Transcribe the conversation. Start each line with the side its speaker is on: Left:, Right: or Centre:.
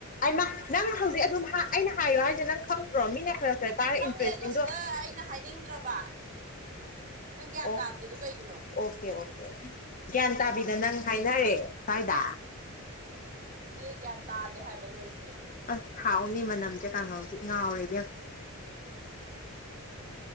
Left: ꯑꯩꯃ ꯅꯪ ꯍꯧꯖꯤꯛ ꯑꯗꯨꯝ ꯍꯥ ꯑꯩꯅ ꯍꯥꯏꯌꯣ ꯍꯥꯏꯁꯦ ꯅꯪ ꯈꯪꯗꯔꯣ ꯃꯤꯅ ꯈꯔ ꯈꯔ ꯇꯥꯔ
Right: ꯈꯪꯉꯦ
Left: ꯏꯟꯇꯔꯦꯁꯇꯤꯡꯗꯣ
Right: ꯑꯗꯨ ꯁꯤꯗ ꯑꯩꯅ ꯍꯥꯏꯅꯤꯡꯗ꯭ꯔꯕ ꯅꯪ ꯒ꯭ꯌꯥꯟ
Left: ꯑꯣꯛ
Right: ꯇꯥꯗ꯭ꯔꯤꯗꯨ ꯀꯩꯒꯤꯅꯣ
Left: ꯑꯣꯀꯦ ꯑꯣꯀꯦ ꯒ꯭ꯌꯥꯟ ꯇꯥꯕꯤꯗ ꯅꯪ ꯍꯥꯏꯅꯔꯦ ꯁ꯭ꯋꯥꯏꯗ
Right: ꯑꯗꯨ ꯒ꯭ꯌꯥꯟ ꯇꯥꯗꯦ ꯍꯥꯏꯕ ꯅꯣꯏꯖꯦ
Left: ꯑꯁ ꯍꯥꯎꯅꯤ ꯃꯅꯝꯁꯦ ꯀꯥꯡꯉꯧꯗꯤ ꯉꯥꯎꯔꯦ ꯏꯕꯦꯝ
Right: ꯍ